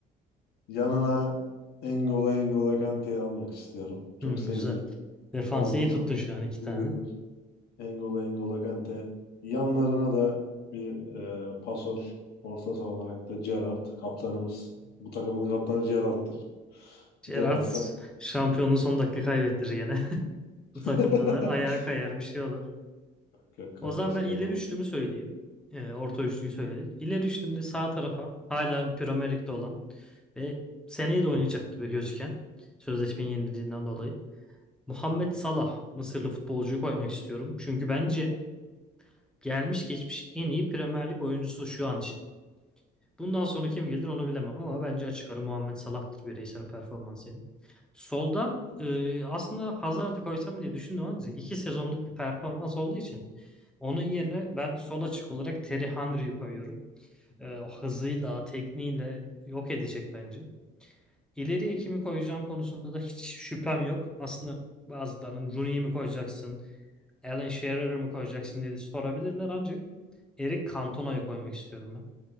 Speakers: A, on the left; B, in the centre.
A: Yanına N'Golo N'Golo Kante'yi almak istiyorum. Çok
B: Hmm,
A: sevdiğim
B: güzel. Defansı
A: Orta
B: iyi
A: saha
B: tuttun şu an iki
A: biridir.
B: tane.
A: Engola Engola Kante. Yanlarına da bir e, pasör. Orta saha olarak da Gerrard kaptanımız. Bu takımın kaptanı Gerrard'tır.
B: Gerrard
A: Gerrard'a
B: şampiyonluğu son dakika kaybettirir yine. <laughs> Bu takımda
A: <laughs>
B: da ayağa kayar bir şey olur.
A: Yok, yok, kaymaz
B: O zaman ben
A: kaymaz.
B: ileri üçlümü söyleyeyim. Ee, orta üçlüyü söyledik. İleri üçlümde sağ tarafa hala Premier Lig'de olan ve seneye de oynayacak gibi gözüken sözleşmenin yenildiğinden dolayı Muhammed Salah Mısırlı futbolcuyu koymak istiyorum. Çünkü bence gelmiş geçmiş en iyi Premier Lig oyuncusu şu an için. Bundan sonra kim gelir onu bilemem ama bence açık ara Muhammed Salah'tır bireysel performansıyla. Solda e, aslında Hazard'ı koysam diye düşündüm ama iki sezonluk bir performans olduğu için onun yerine ben sol açık olarak Terry Henry'yi koyuyorum. E, o hızıyla, tekniğiyle yok edecek bence. İleriye kimi koyacağım konusunda da hiç şüphem yok. Aslında bazılarının Rooney'i mi koyacaksın? Alan Shearer'ı mı koyacaksın diye sorabilirler ancak Eric Cantona'yı koymak istiyorum ben.